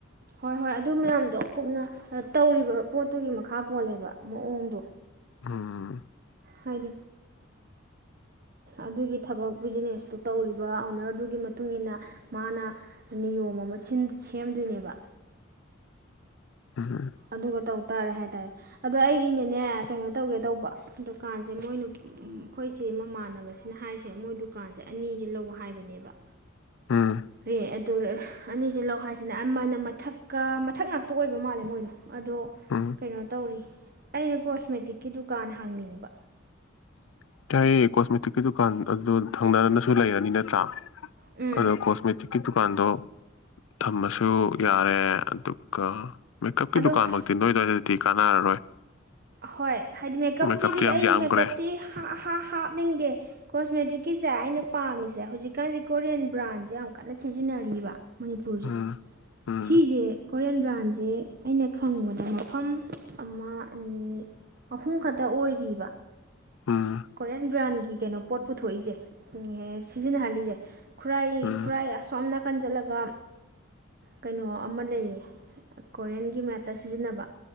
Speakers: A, on the right; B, on the left.
A: ꯍꯣꯏ ꯍꯣꯏ ꯑꯗꯨ ꯃꯌꯥꯝꯗꯣ ꯀꯨꯞꯅ ꯇꯧꯔꯤꯕ ꯄꯣꯠꯇꯨꯒꯤ ꯃꯈꯥ ꯄꯣꯜꯂꯦꯕ ꯃꯑꯣꯡꯗꯣ
B: ꯑꯝ
A: ꯍꯥꯏꯗꯤ ꯑꯗꯨꯒꯤ ꯊꯕꯛ ꯕꯤꯖꯤꯅꯦꯁꯇꯨ ꯇꯧꯔꯤꯕ ꯑꯣꯅꯔꯗꯨꯒꯤ ꯃꯇꯨꯡ ꯏ ꯃꯇꯨꯡꯏꯟꯅ ꯃꯥꯅ ꯅꯤꯌꯣꯝ ꯑꯃ ꯁꯦꯝꯗꯣꯏꯅꯦꯕ
B: ꯎꯝ
A: ꯑꯗꯨꯒ ꯇꯧ ꯇꯥꯔꯦ ꯍꯥꯏꯇꯥꯔꯦ ꯑꯗꯣ ꯑꯩꯒꯤꯅꯦꯅꯦ ꯀꯩꯅꯣ ꯇꯧꯒꯦ ꯇꯧꯕ ꯗꯨꯀꯥꯟꯁꯦ ꯃꯣꯏꯅ ꯑꯩꯈꯣꯏꯁꯤꯦ ꯃꯃꯥꯟꯅꯕꯁꯤꯅ ꯍꯥꯏꯔꯤꯁꯦ ꯃꯣꯏ ꯗꯨꯀꯥꯟꯁꯦ ꯑꯅꯤꯁꯦ ꯂꯧ ꯍꯥꯏꯕꯅꯦꯕ
B: ꯎꯝ
A: ꯔꯦ ꯑꯗꯨ ꯑꯅꯤꯁꯦ ꯂꯧ ꯍꯥꯏꯁꯤꯅ ꯑꯃꯅ ꯃꯊꯛꯀ ꯃꯊꯛ ꯉꯥꯛꯇ ꯑꯣꯏꯕ ꯃꯥꯜꯂꯦ ꯃꯣꯏꯗꯣ ꯑꯗꯣ
B: ꯎꯝ
A: ꯀꯩꯅꯣ ꯇꯧꯔꯤ ꯑꯩꯅ ꯀꯣꯁꯃꯦꯇꯤꯛꯀꯤ ꯗꯨꯀꯥꯟ ꯍꯥꯡꯅꯤꯡꯕ
B: ꯎꯝ ꯀꯏꯌꯦ ꯀꯣꯁꯃꯦꯇꯤꯛꯀꯤ ꯗꯨꯀꯥꯟ ꯑꯗꯨ ꯊꯪꯅꯔꯅꯁꯨ ꯂꯩꯔꯅꯤ ꯅꯠꯇ꯭ꯔꯥ
A: ꯎꯝ
B: ꯑꯗꯣ ꯀꯁꯃꯦꯇꯤꯛꯀꯤ ꯗꯨꯀꯥꯟꯗꯣ ꯊꯝꯃꯁꯨ ꯌꯥꯔꯦ ꯑꯗꯨꯒ ꯃ ꯀꯞꯀꯤꯗꯨꯥꯟ
A: ꯑꯗꯣ
B: ꯃꯪ ꯊꯤ ꯅꯣꯏꯗꯅ ꯊꯤ ꯀꯥꯟꯅꯔꯔꯣꯏ
A: ꯍꯣꯏ ꯍꯥꯏꯗꯤ ꯃꯦꯀꯞꯀꯤꯗꯤ
B: ꯃꯦꯀꯞꯇꯤ ꯌꯥꯝ
A: ꯑꯩ
B: ꯌꯥꯝꯈ꯭ꯔꯦ
A: ꯃꯦꯀꯞꯇꯤ ꯍꯥ ꯍꯥ ꯍꯥꯞꯅꯤꯡꯗꯦ ꯀꯣꯁꯃꯦꯇꯤꯛꯀꯤꯁꯦ ꯑꯩꯅ ꯄꯥꯝꯃꯤꯁꯦ ꯍꯧꯖꯤꯛꯀꯥꯟꯁꯦ ꯀꯣꯔꯤꯌꯟ ꯕ꯭ꯔꯥꯟꯁꯦ ꯌꯥꯝ ꯀꯟꯅ ꯁꯤꯖꯤꯟꯅꯔꯤꯕ ꯃꯅꯤꯄꯨꯔꯁꯦ
B: ꯎꯝ ꯎꯝ
A: ꯁꯤꯁꯦ ꯍꯣꯔꯦꯟ ꯕ꯭ꯔꯥꯟꯁꯦ ꯑꯩꯅ ꯈꯪꯕꯗ ꯃꯐꯝ ꯑꯃ ꯑꯅꯤ ꯑꯍꯨꯝ ꯈꯛꯇ ꯑꯣꯏꯔꯤꯕ
B: ꯎꯝ
A: ꯀ ꯀꯣꯔꯦꯟ ꯭ꯔꯥꯟꯒꯤ ꯒꯤ ꯀꯩꯅꯣ ꯄꯣꯠ ꯄꯨꯊꯣꯛꯏꯁꯦ ꯁꯤꯖꯤꯟꯅꯍꯜꯂꯤꯁꯦ ꯈꯨꯔꯥꯏ
B: ꯎꯝ
A: ꯈꯨꯔꯥꯏ ꯑꯁꯣꯝꯅ ꯏꯀꯟ ꯆꯠꯂꯒ ꯀꯩꯅꯣ ꯑꯃ ꯂꯩꯌꯦ ꯀꯣꯔꯤꯌꯟꯒꯤ ꯃꯌꯥꯠꯇ ꯁꯤꯖꯤꯟꯅꯕ